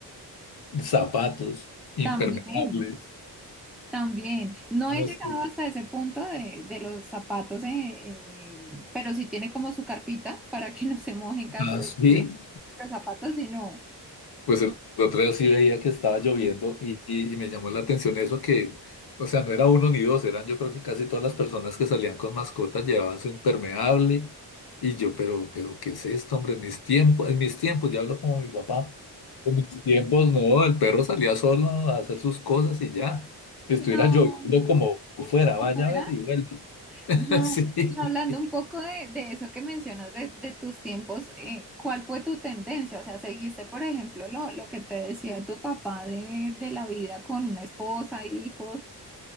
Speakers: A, on the left; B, in the centre.
A: zapatos, impermeables.
B: también. También, no
A: ¿no?
B: he
A: Es
B: llegado
A: que-
B: hasta ese punto de, de los zapatos, eh, eh, pero sí tiene como su carpita <laughs> para que no se moje en caso
A: Ah,
B: de
A: sí.
B: lluvia. Los zapatos sí no.
A: Pues el otro día sí veía que estaba lloviendo y, y- y me llamó la atención eso que, o sea, no era uno ni dos, eran yo creo que casi todas las personas que salían con mascotas llevaban su impermeable y yo, pero, pero, ¿qué es esto, hombre? En mis tiempos, en mis tiempos, ya hablo como mi papá, en mis tiempos no, el perro salía solo a hacer sus cosas y ya, estuviera
B: No,
A: lloviendo como fuera,
B: como
A: vaya
B: fuera.
A: a ver y vuelva. <laughs>
B: No.
A: Sí.
B: Y hablando un poco de, de eso que mencionas de, de tus tiempos, eh, ¿cuál fue tu tendencia? O sea, ¿seguiste, por ejemplo, lo, lo que te decía tu papá de, de la vida con una esposa, hijos?